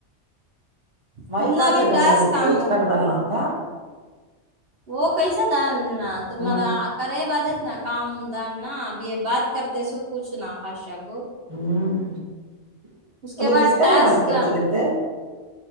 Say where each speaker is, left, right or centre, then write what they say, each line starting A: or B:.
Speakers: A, on the right; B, on the right.
A: بھائی
B: تم
A: کہاں
B: نہ بھی
A: سے ڈالیں
B: ٹاسک
A: گے تچ
B: آنگا
A: کر ڈالنا تھا
B: وہ کیسا دال تم
A: ہ
B: کری باد انا کام دار نا اب یہ بات کرتے سو پوچھنا خاشہ کو
A: ہوں ج <inaudible>
B: اس کے
A: انہیں
B: بعد
A: کس کا
B: ٹاسک
A: ہے بات کرتی کہتے ہیں